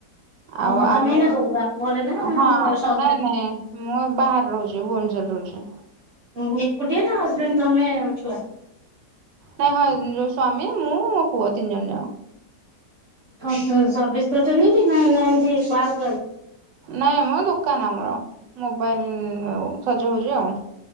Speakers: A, on the right (about 50°); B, on the right (about 80°).
A: ହଁ
B: ଆଉ ଆମେ
A: ତମେ ଏଇନା କୋଉଠି ବାପ ଘରେ ନା
B: ହଁ
A: ହଜବେଣ୍ଡ?
B: ନାଇଁ ନାଇଁ। ମୁଁ ବାହାରେ ରହୁଚି ଭୁବନେଶ୍ୱରେ ରହୁଚି।
A: ତମେ ଏକୁଟିଏ ନା ହଜବେଣ୍ତ ତମେ ଛୁଆ?
B: ହଁ ହଁ ଯୋଉ ସ୍ଵାମୀ ମୁଁ ପୁଅ ତିନି ଜଣ ଯାକ।
A: କକଣ ସସର୍ଭିଶ କରିଚନ୍ତି କି ନା ନା ଏମିତି ପାର୍କ ଆସିଚି।
B: ନାଇଁ ମ ଦୋକାନ ଆମର। ମୋବାଇଲ ସଜ ହୋଉଚି ଆଉ।